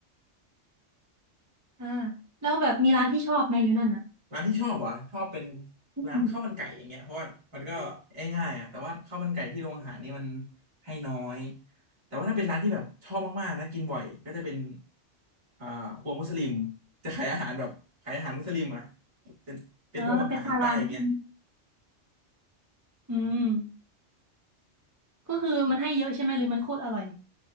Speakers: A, on the right; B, on the right.
A: อ่าแล้วแบบมีร้านที่ชอบไหมอยู่นั่นอ่ะ
B: ร้านที่ชอบเหรอะชอบเป็น
A: อืม
B: ร้านข้าวมันไก่อย่างเงี้ยเพราะว่ามันก็ง่ายๆอ่ะแต่ว่าข้าวมันไก่ที่โรงอาหารนี่มันให้น้อยแต่ว่าถ้าเป็นร้านที่แบบชอบมากๆนะกินบ่อยก็จะเป็นอ่าครัวมุสลิมจะขายอาหารแบบขายอาหารมุสลิมอ่ะเป็นเป็นพวกแบบอาหารใต้อย่างเงี้ย
A: อ่าเป็นมาร้านใช่ไหมอืมก็คือมันให้เยอะใช่ไหมหรือมันโคตรอร่อย